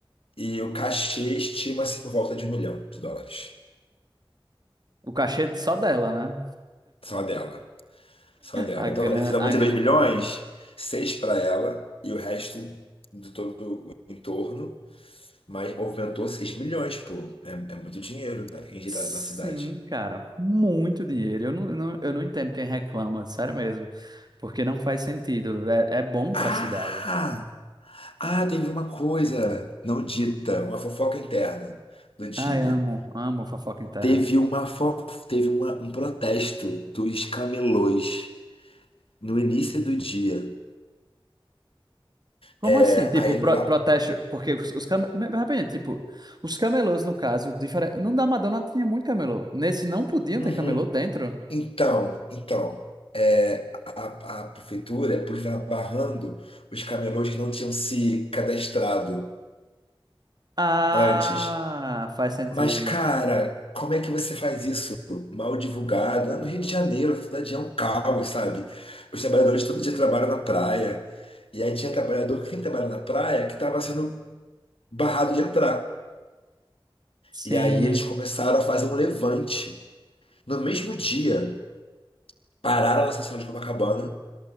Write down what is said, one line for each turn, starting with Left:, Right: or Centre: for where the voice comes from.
Left: E o cachê estima-se por volta de um milhão de dólares.
Right: o cachê só dela, né?
Left: Só dela. Só dela.
Right: A
Left: Então,
Right: gran,
Left: desses 92
Right: a grana.
Left: milhões, seis para ela e o resto de todo o entorno. Mas movimentou 6 milhões, pô. É, é muito dinheiro, né, injetado
Right: Sim,
Left: na cidade.
Right: cara, muito dinheiro. Eu não, não- eu não entendo quem reclama, sério mesmo. Porque não faz sentido. É, é bom
Left: Ah!
Right: pra cidade.
Left: Ah, teve uma coisa não dita, uma fofoca interna do dia.
Right: Ai, amo, amo fofoca interna.
Left: Teve uma fo... teve uma- um protesto dos camelôs no início do dia.
Right: Como
Left: É,
Right: assim? Tipo,
Left: aí,
Right: pro-
Left: lá...
Right: protesto. Porque os, os cam- rapidinho, tipo, os camelôs, no caso, diferente. No da Madonna tinha muito camelô. Nesse não podiam
Left: Uhum.
Right: ter camelô dentro.
Left: Então, então, é, a, a prefeitura, por estar barrando os camelôs que não tinham se cadastrado
Right: Ah,
Left: antes.
Right: faz sentido.
Left: Mas, cara, como é que você faz isso mal divulgado? No Rio de Janeiro, a cidade é um caos, sabe? Os trabalhadores todo dia trabalham na praia. E aí tinha trabalhador que sempre trabalha na praia que estava sendo barrado de entrar.
Right: Sim.
Left: E aí eles começaram a fazer um levante. No mesmo dia, pararam na Senhora de Copacabana,